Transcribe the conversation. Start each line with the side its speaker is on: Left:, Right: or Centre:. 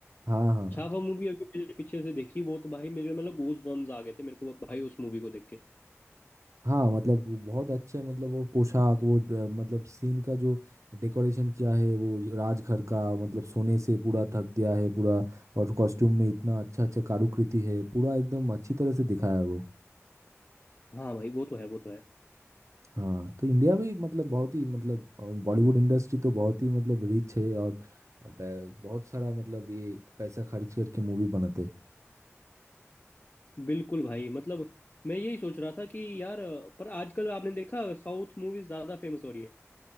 Right: हाँ हाँ
Left: छावा मूवी अभी मेरे पीछे से देखी वो तो भाई मेरे मतलब गूज बम्स आ गए थे मेरे को भाई उस मूवी को देख के
Right: हाँ मतलब वो बहुत अच्छे मतलब वो पोशाक वो ड- मतलब सीन का जो डेकोरेशन किया है वो राजघर का मतलब सोने से पूरा ढक दिया है पूरा और कॉस्ट्यूम में इतना अच्छा अच्छा कारुकृति है पूरा एकदम अच्छी तरह से दिखाया है वो
Left: हाँ भाई वो तो है वो तो है
Right: हाँ तो इंडिया भी मतलब बहुत ही मतलब बॉलीवुड इंडस्ट्री तो बहुत ही मतलब रिच है और ब- बहुत सारा मतलब ये पैसा खर्च करके मूवी बनाते हैं
Left: बिल्कुल भाई मतलब मैं यही सोच रहा था कि यार अ, पर आजकल आपने देखा साउथ मूवीज ज्यादा फेमस हो रही है